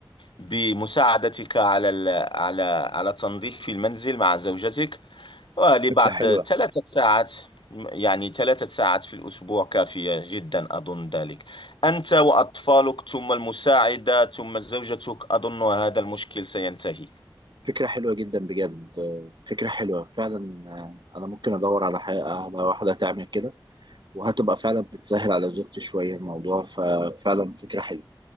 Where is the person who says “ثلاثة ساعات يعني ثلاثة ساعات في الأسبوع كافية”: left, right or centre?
Left